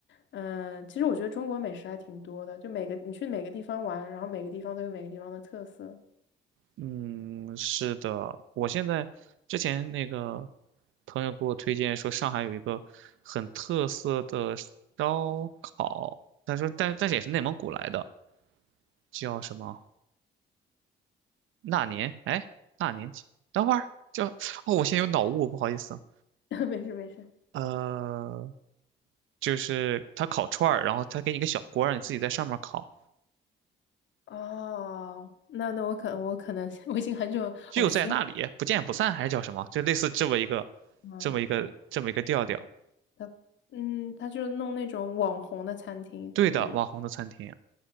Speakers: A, on the left; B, on the right.
A: 嗯、其实我觉得中国美食还挺多的，就每个你去每个地方玩，然后每个地方都有每个地方的特色。
B: 嗯，是的，我现在之前那个朋友给我推荐说上海有一个很特色的烧烤，他说但但是也是内蒙古来的，叫什么那年？哎，那年几？等会儿叫哦，我现在有脑雾，不好意思啊。
A: <laughs> 没事没事。
B: 呃，就是他烤串儿，然后他给你个小锅儿，让你自己在上面烤。
A: 哦，那那我可能我可能 <laughs> 我已经很久哦，
B: 只有在那里不见不散，
A: 我去应该
B: 还是叫什么？就类似这么一个，
A: 嗯，
B: 这么一个，这么一个调调。
A: 他嗯他就弄那种网红的餐厅，
B: 对的，
A: 就比如
B: 网红的餐厅。